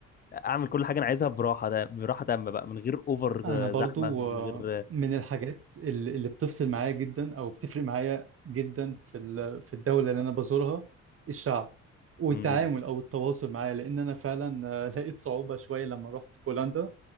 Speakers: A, on the left (about 30°); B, on the right (about 50°).
A: أعمل كل حاجة أنا عايزها براحة ده براحة تامة بقى من غير أوفر
B: انا برضو
A: آه، زحمة من
B: آه،
A: غير آه
B: من الحاجات ال- اللي بتفصل معايا جدا او بتفرق معايا جدا في ال- في الدولة اللي انا بزورها الشعب والتعامل
A: مم.
B: او التواصل معايا لان انا فعلا آه، <laughs> لقيت صعوبة شوية لما رحت بولندا